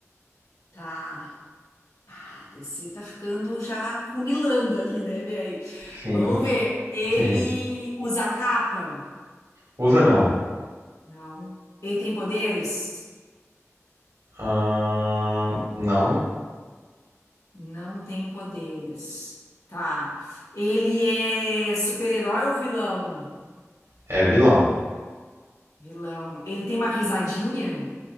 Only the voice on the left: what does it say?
Tá. A DC tá ficando já funilando ali, né, velho?
Vamos ver. Ele
usa capa?
Não. Ele tem poderes?
Não tem poderes. Tá. Ele é super-herói ou vilão?
Vilão. Ele tem uma risadinha?